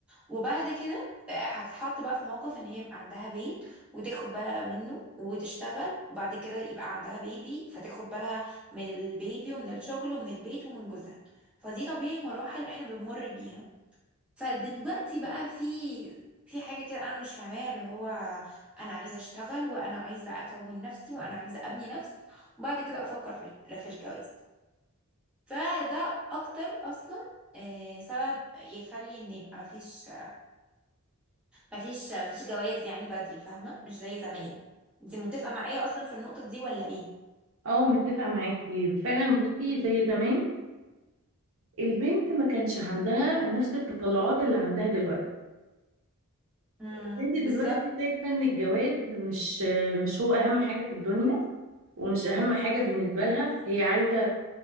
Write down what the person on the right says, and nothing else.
اه متفقة معاكي فعلا بصي زي زمان البنت ما كانش عندها نفس التطلعات اللي عندها دلوقتي
البنت
دلوقتي شايفة ان الجواز مش مش هو اهم حاجة في الدنيا ومش اهم حاجة بالنسبة لها هي عايزة